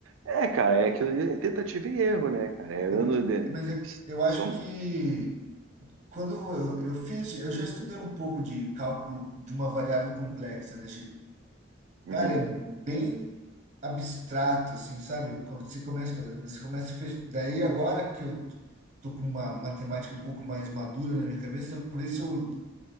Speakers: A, on the right; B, on the right.
A: É, cara, é aquilo ali, é tentativa e erro, né, cara? É ano
B: Eu,
A: de.
B: mas é- eu acho
A: São.
B: que quando eu, eu fiz, eu já estudei um pouco de cálculo de uma variável complexa, né?
A: Uhum,
B: Cara, é bem abstrato, assim, sabe? Quando Você começa, a fazer- né, você começa, a fech- daí agora que eu tô com uma matemática um pouco mais madura na minha cabeça, talvez se eu